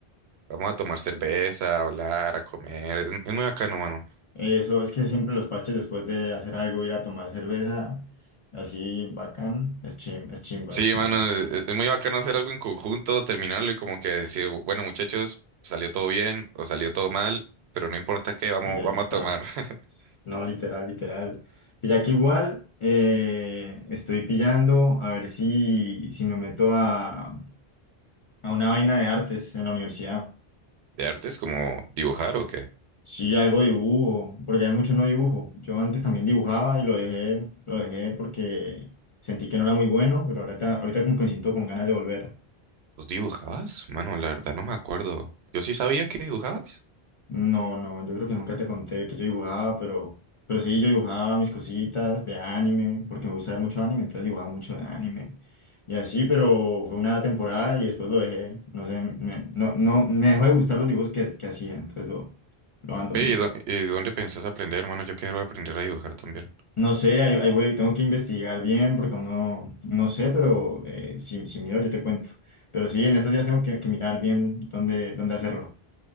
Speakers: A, on the right (about 90°); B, on the left (about 50°).
A: Vamos a tomar cerveza, a hablar, a comer. Es, es muy bacano, mano.
B: Eso es que siempre los parches después de hacer algo, ir a tomar cerveza, así bacán, es chim, es chimba,
A: Sí,
B: es chimba.
A: mano, es, es muy bacano hacer algo en conjunto, terminarlo y como que decir, bueno, muchachos, salió todo bien o salió todo mal, pero no importa qué, vamos,
B: Y ya
A: vamos
B: está.
A: a tomar. <laughs>
B: No, literal, literal. Y ya que igual eh, estoy pillando a ver si, si me meto a, a una vaina de artes en la universidad.
A: ¿De artes como dibujar o qué?
B: Sí, algo de dibujo, porque hay mucho no dibujo. Yo antes también dibujaba y lo dejé, lo dejé porque sentí que no era muy bueno, pero ahorita, ahorita como que me siento con ganas de volver.
A: ¿Los dibujabas? Mano, la verdad no me acuerdo. Yo sí sabía que dibujabas.
B: No, no, yo creo que nunca te conté que yo dibujaba, pero, pero sí, yo dibujaba mis cositas de anime, porque me gusta ver mucho anime, entonces dibujaba mucho de anime. Y así, pero fue una temporada y después lo dejé. No sé, me, no, no, me dejó de gustar los dibujos que, que hacía, entonces lo, lo abandoné.
A: Ve, ¿y, dó- y dónde pensás aprender, mano? Yo quiero aprender a dibujar también.
B: No sé, ahí, ahí voy, tengo que investigar bien porque uno no no sé, pero eh, si, si miro yo te cuento. Pero sí, en estos días tengo que, que mirar bien dónde, dónde hacerlo.